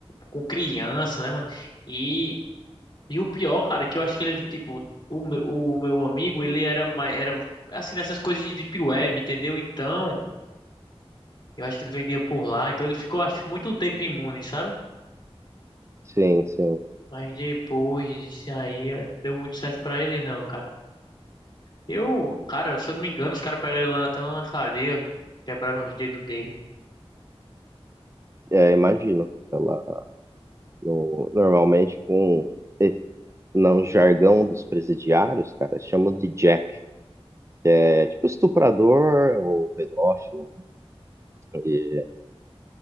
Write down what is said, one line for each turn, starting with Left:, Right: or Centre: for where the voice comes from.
Left: Com criança, né, mano? E, e o pior, cara, é que eu acho que ele, tipo, o, meu- o meu amigo, ele era mais, era assim, nessas coisas de deep web, entendeu? Então, eu acho que ele vendia por lá, então ele ficou, acho, muito tempo imune, sabe?
Right: Sim, sim.
Left: Mas depois disso aí, eh, não deu muito certo pra ele, não, cara. Eu, cara, se eu não me engano, os caras pegaram ele lá até lá na cadeia, quebraram os dedos dele.
Right: É, imagino. Ela, no- normalmente, com e- no jargão dos presidiários, cara, chamam de jack. É tipo estuprador ou pedófilo. E,